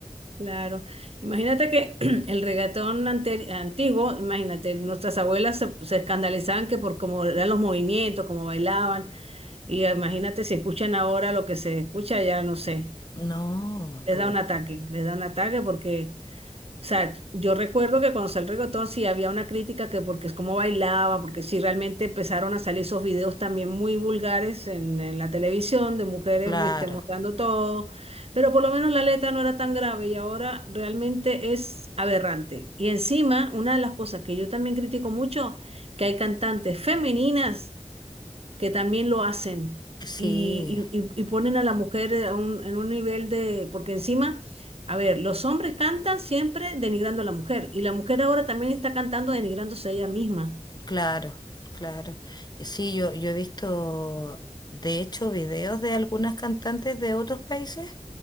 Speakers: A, on the right; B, on the left.
A: Claro, imagínate que <clears throat> el reggaetón anteri- antiguo, imagínate, nuestras abuelas se, se escandalizaban que por cómo eran los movimientos, cómo bailaban, y imagínate si escuchan ahora lo que se escucha, ya no sé,
B: No,
A: les
B: tú,
A: da un ataque, les da un ataque porque o sea, yo recuerdo que cuando salió el reggaetón sí había una crítica que porque es como bailaban, porque sí realmente empezaron a salir esos videos también muy vulgares en, en la televisión de mujeres
B: claro,
A: muy, este, mostrando todo, pero por lo menos la letra no era tan grave y ahora realmente es aberrante. Y encima, una de las cosas que yo también critico mucho, que hay cantantes femeninas que también lo hacen
B: sí,
A: y, y- y- y ponen a la mujer eh, a un- en un nivel de, porque encima, a ver, los hombres cantan siempre denigrando a la mujer y la mujer ahora también está cantando denigrándose a ella misma.
B: claro, claro. Y Sí, yo, yo he visto, de hecho, videos de algunas cantantes de otros países